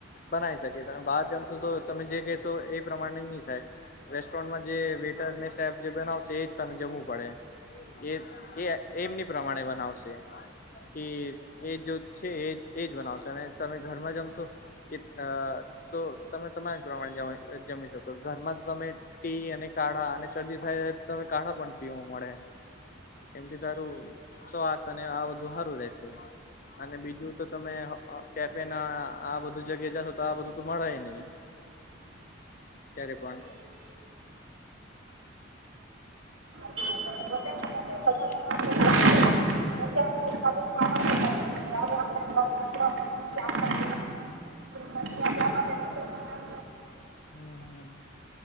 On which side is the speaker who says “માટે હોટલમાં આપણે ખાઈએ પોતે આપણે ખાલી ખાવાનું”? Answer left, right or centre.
Right